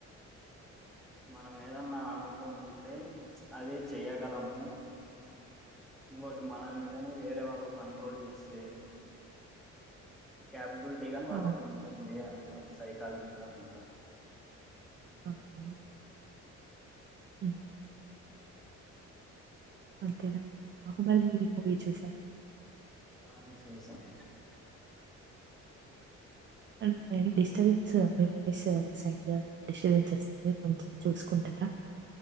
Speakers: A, in the centre; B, on the right.
A: మనం ఏదన్నా అనుకుంటే అది చెయ్యగలము, ఇంగోటి మనల్ని గనీ వేరే వాళ్ళు కంట్రోల్ జేస్తే కాప్బుల్ట్ దేగానీ వాళ్ళకు
B: ఆ
A: ఉంటుంది అని సైకాలజీగా అంత
B: అవునా హ్మ్ అంతేనా, బాహుబలి మూవీ చూసారా
A: ఆ చూసాము
B: అంటే అండి. డిస్టబెన్స్ మీ వాయిస్ సైడ్ డిస్టబెన్స్ వస్తుంది, కొంచెం చూసుకుంటారా